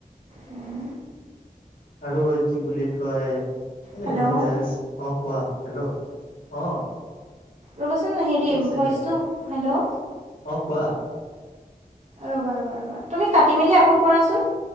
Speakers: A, on the right (about 50°); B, on the left (about 75°).
A: উম
B: আৰু কি বুলি কয় মানে
A: হেল্ল'
B: ইমান দাহেজ অ কোৱা হেল্ল' অ
A: ৰ'বচোন হেৰি
B: এক ছেকেণ্ড
A: ভইচটো হেল্ল'
B: অ কোৱা
A: ৰবা ৰ'বা ৰবা তুমি কাটি মেলি আকৌ কৰাচোন